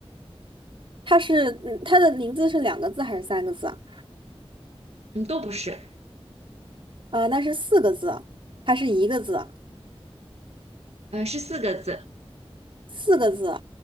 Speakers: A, on the right; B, on the right.
A: 他是嗯他的名字是两个字还是三个字啊？
B: 嗯，都不是，
A: 啊，那是四个字还是一个字？
B: 呃，是四个字，
A: 四个字，